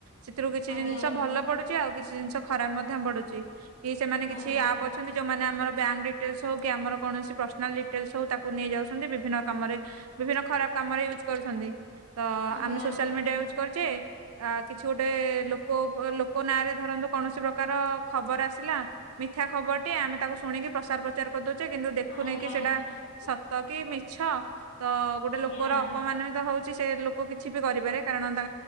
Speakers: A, on the right (about 80°); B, on the left (about 50°).
A: ସେଥିରୁ କିଛି
B: ଆଜ୍ଞା
A: ଜିନିଷ ଭଲ ପଡୁଛି ଆଉ କିଛି ଜିନିଷ ଖରାପ ମଧ୍ୟ ପଡ଼ୁଚି। କି ସେମାନେ କିଛି
B: ଆଜ୍ଞା
A: ଆପ୍ ଅଛନ୍ତି ଯୋଉମାନେ ଆ ଆମର ବ୍ୟାଙ୍କ୍ ଡିଟେଲେସ୍ ହଉ କି ଆମର କୌଣସି ପର୍ସନାଲ ଡିଟେଲ୍ସ୍ ହୋଉ ତାକୁ ନେଇଯାଉଛନ୍ତି ବିଭିନ୍ନ କାମରେ ବିଭିନ୍ନ ଖ ଖରାପ କାମରେ ୟୁଜ୍ କରୁଚନ୍ତି। ତ
B: ଆଜ୍ଞା
A: ଆମେ ସୋସିଆଲ ମିଡ଼ିଆ ୟୁଜ୍ କରୁଛେ ଆ କିଛି ଗୋଟେ ଲୋକ ଲୋ କୋ ନାଁ ରେ ଧରନ୍ତୁ କୌଣସି ପ୍ରକାର ଖବର ଆସିଲା ମିଥ୍ୟା ଖବରଟି ଆମେ ତାକୁ ଶୁଣିକି ପ୍ରସାର ପ୍ରଚାର କରିଦଉ କିନ୍ତୁ ଦେଖୁନେକି
B: ଆଜ୍ଞା ଆଜ୍ଞା
A: ସେଇଟା ସତ କି ମିଛ। ତ ଗୋଟେ
B: ଆଜ୍ଞା
A: ଲୋକର ଅପମାନିତ ହଉ ସେ ଲୋକ କିଛି ବି କରିପାରେ କାରଣ ତା